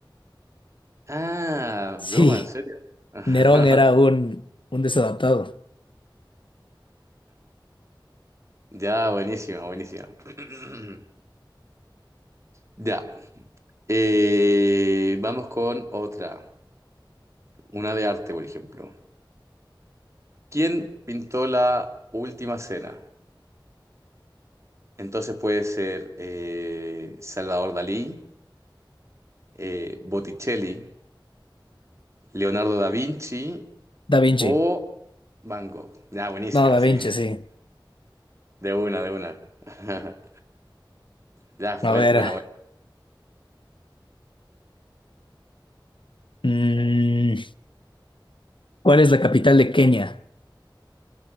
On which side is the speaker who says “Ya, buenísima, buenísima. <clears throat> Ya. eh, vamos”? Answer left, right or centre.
Right